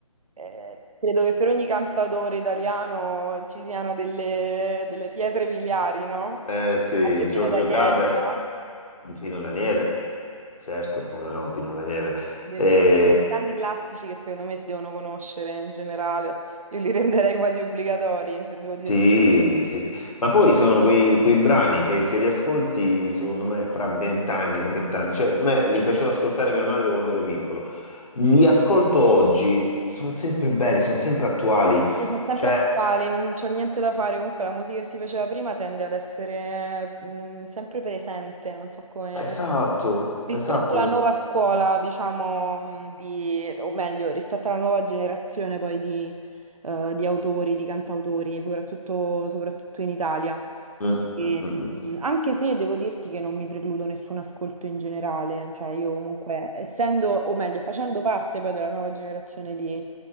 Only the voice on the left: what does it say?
<laughs> eh, sì,
Giorgio
Gaber,
Pino Daniele, certo, come no, Pino Daniele.
Eh,
sì, sì, sì. Ma poi sono quei, quei brani che se li ascolti, secondo me, fra 20 anni, 30 anni, cioè, me li facevo ascoltare mia madre quando ero piccolo. Li ascolto oggi, sono sempre belli, sono sempre attuali.
Cioè,
Esatto,
esatto.
es-
Mm,
mm, mm, mm.